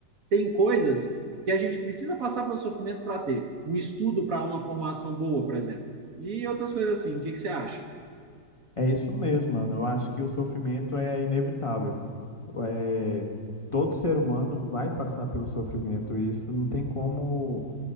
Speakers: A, on the right; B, on the left.
A: tem coisas que a gente precisa passar pelo sofrimento para ter. Um estudo para uma formação boa, por exemplo. E outras coisas assim. O que que você acha?
B: É isso mesmo, mano. Eu acho que o sofrimento é inevitável. É, todo ser humano vai passar pelo sofrimento, e isso não tem como